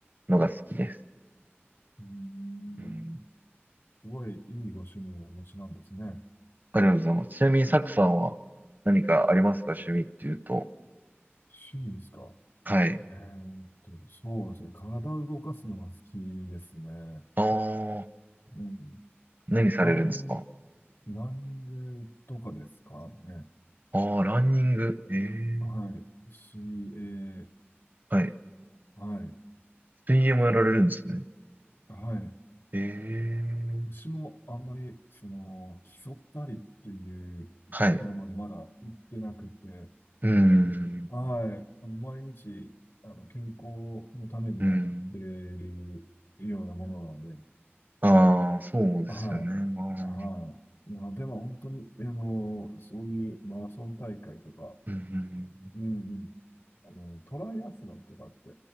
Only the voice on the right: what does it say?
のが好きです。
うん
ありがとうございます。ちなみに、サクさんは何かありますか趣味っていうと。
はい。
ああ、
何されるんですか
ああ、ランニング。ええ。
はい。
水泳もやられるんですね。
ええ。
はい。うん。
うん。ああ、そうですよね。
あー
うんうんうん